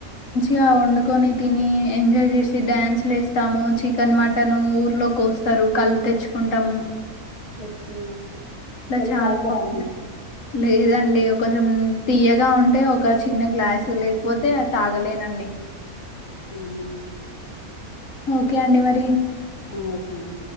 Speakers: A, on the left; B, on the left.
A: గా వండుకొని తిని ఎంజాయ్ చేసి డ్యాన్స్లు ఏస్తాము చికెన్ మటన్ ఊర్లో కోస్తారు కళ్ళు తెచ్చుకు కుంటము
B: ఓకే కల్లు
A: చాలా
B: తాగుతరా అండి
A: లేదండి కొంచెం తీయ్యగా ఉంటే ఒక చిన్న గ్లాస్ లేకపోతే తాగలేనండి
B: అవును
A: ఓకే అండి మరి
B: ఓకే అండి